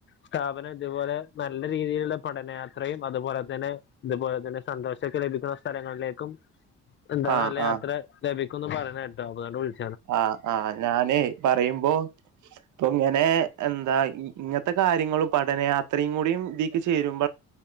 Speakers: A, on the left (about 40°); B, on the right (about 75°).
A: സ്ഥാപനം ഇതുപോലെ നല്ല രീതിയിലുള്ള പഠനയാത്രയും അതുപോലെ തന്നെ ഇതുപോലെ തന്നെ സന്തോഷ- ലഭിക്കുന്ന സ്ഥലങ്ങളിലേക്കും എന്താ
B: ആ
A: നല്ല
B: ആ
A: യാത്ര ലഭിക്കുംന്ന് പറയണ കേക്കാം
B: ആ് ആഹ ഞാനേ പറയുമ്പോ ഇപ്പൊ ഇങ്ങനെ- എന്താ ഇങ്ങനത്തെ കാര്യങ്ങളും പഠനം അത്രയും കൂടും ഇതിക്ക് ചേരും